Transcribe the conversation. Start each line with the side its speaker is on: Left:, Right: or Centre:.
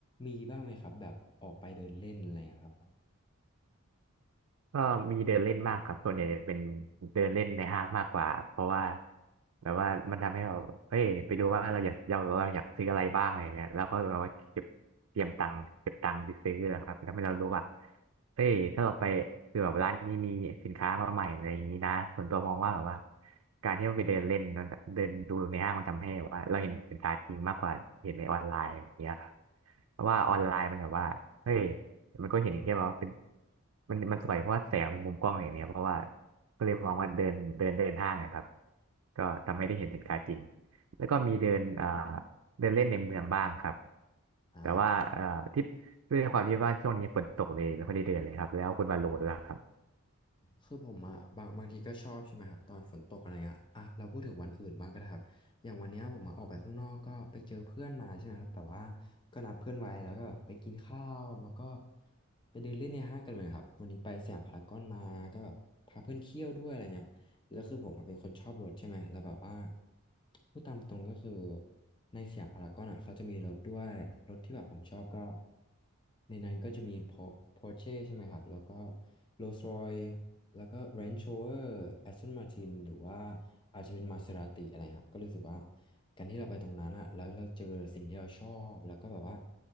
Left: มีบ้างไหมครับแบบออกไปเดินเล่นอะไรเงี้ยครับ
Right: ก็มีเดินเล่นบ้างครับส่วนใหญ่จะเป็นเดินเล่นในห้างมากกว่าเพราะว่าแบบว่ามันทำให้เราเอ้ยไปดูว่าเราอยากเราเราอยากซื้ออะไรบ้างอะไรเงี้ยแล้วก็เราเก็บเตรียมตังค์เก็บตังค์ไปซื้อนะครับแล้วให้เรารู้ว่าเอ้ยถ้าเราไปคือแบบร้านนี้มีสินค้ามาใหม่อะไรอย่างนี้นะส่วนตัวมองว่าแบบว่าการที่เราไปเดินเล่นมันเดินดูในห้างมันทำให้แบบว่าเราเห็นสินค้าจริงมากกว่าเห็นในออนไลน์อย่างเงี้ยครับเพราะว่าออนไลน์มันแบบว่าเฮ้ย มันก็เห็นแค่แบบว่าเป็นมันมันสวยเพราะว่าแสงในมุมกล้องอะไรอย่างเงี้ยเพราะว่าก็เลยมองว่าเดินเดินเดินห้างนะครับก็ทำให้ได้เห็นสินค้าจริงแล้วก็มีเดินอ่าเดินเล่นในเมืองบ้างครับ
Left: อ่า
Right: แต่ว่าเอ่อที่ด้วยความที่ว่าช่วงนี้ฝนตกเลยไม่ค่อยได้เดินเลยครับแล้วคุณบาโลด้วยล่ะครับ
Left: คือผมอะบางบางทีก็ชอบใช่ไหมครับตอนฝนตกอะไรเงี้ยอ่ะเราพูดถึงวันอื่นบ้างก็ได้ครับอย่างวันเนี้ยผมมาออกไปข้างนอกก็ไปเจอเพื่อนมาใช่ไหมครับแต่ว่าก็นัดเพื่อนไว้แล้วก็ไปกินข้าวแล้วก็ไปเดินเล่นในห้างกันเหมือนครับวันนี้ไปสยามพารากอนมาก็แบบพาเพื่อนเที่ยวด้วยอะไรเงี้ยแล้วคือผมอะเป็นคนชอบรถใช่ไหมแล้วแบบว่าพูดตามตรงก็คือในสยามพารากอนอ่ะเขาจะมีรถด้วยรถที่แบบผมชอบก็ในนั้นก็จะมีพอ Porsche ใช่ไหมครับแล้วก็ Rolls Royce แล้วก็ Range Rover Aston Martin หรือว่าอาจจะเป็น Maserati อะไรครับ ก็รู้สึกว่าการที่เราไปตรงนั้นอะแล้วเราเจอสิ่งที่เราชอบ แล้วก็แบบว่า